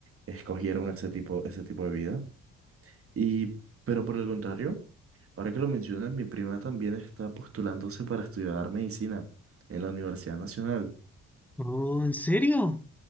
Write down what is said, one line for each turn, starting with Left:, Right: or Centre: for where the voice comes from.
Right: escogieron ese tipo, ese tipo de vida. Y, pero por el contrario, ahora que lo mencionas, mi prima también está postulándose para estudiar medicina en la Universidad Nacional.
Centre: Oh, ¿en serio?